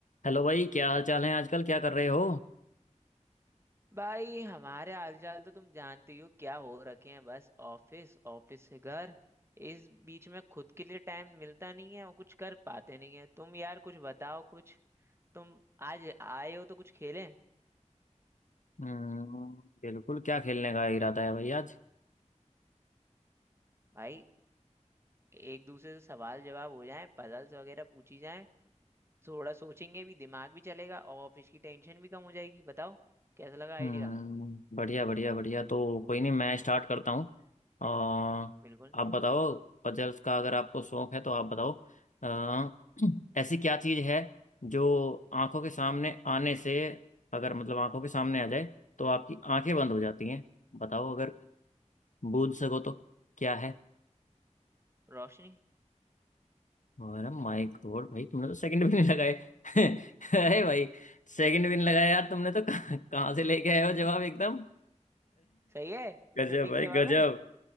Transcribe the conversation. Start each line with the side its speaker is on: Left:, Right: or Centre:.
Left: Hello भाई क्या हाल चाल है आजकल क्या कर रहे हो
Right: भाई हमारे हालचाल तो तुम जानते ही हो क्या हो रखे हैं बस ऑफिस ऑफिस से घर इस बीच में खुद के लिए टाइम मिलता नहीं है और कुछ कर पाते नहीं है तुम यार कुछ बताओ कुछ तुम आज आए हो तो कुछ खेलें
Left: हम्म बिल्कुल क्या खेलने का इरादा है भाई आज
Right: भाई एक दूसरे से सवाल जवाब हो जाए पजल्स वगैरह पूछी जाए थोड़ा सोचेंगे भी दिमाग भी चलेगा और ऑफिस की टेंशन भी कम हो जाएगी बताओ कैसा लगा आइडिया
Left: हम्म बढ़िया बढ़िया बढ़िया तो कोई नहीं मैं स्टार्ट करता हूँ अ, आप
Right: बिल्कुल
Left: बताओ पजल्स का अगर आपको शौक है तो आप बताओ अ, <clears throat> ऐसी क्या चीज़ है जो आंखों के सामने आने से अगर मतलब आंखों के सामने आ जाए तो आपकी आंखें बंद हो जाती हैं बताओ अगर बूझ सको तो क्या है
Right: रोशनी
Left: अरे माय गॉड भाई तुमने तो सेकंड भी नहीं लगाए <laughs> अरे भाई सेकंड भी नहीं लगाया यार तुमने तो कहाँ कहाँ से लेके आए
Right: <laughs>
Left: हो जवाब एकदम
Right: सही है
Left: गजब
Right: सटीक
Left: भाई
Right: जवाब
Left: गजब
Right: है